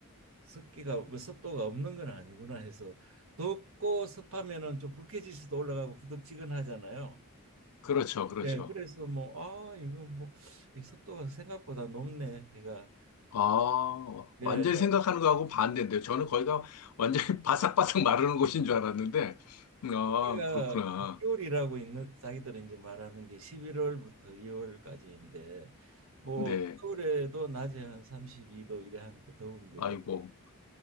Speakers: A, on the right (about 65°); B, on the left (about 85°).
A: 습기가 뭐 습도가 없는 건 아니구나 해서 덥고 습하면은 좀 불쾌지수도 올라가고 후덥지근하잖아요.
B: 그렇죠, 그렇죠.
A: 예, 그래서 뭐 아 이거 뭐이 습도가 생각보다 높네. 제가
B: 아,
A: 예,
B: 완전히 생각하는 거하고 반대인데요. 저는 거기가 완전히 <laughs> 바삭바삭 마르는 곳인 줄 알았는데, 아,
A: 여기가
B: 그렇구나.
A: 겨울이라고 있는 자기들은 이제 말하는 게 11월부터 2월까지인데 뭐
B: 네.
A: 겨울에도 낮에 한 32도 이래 하니까 더운 거죠.
B: 아이고.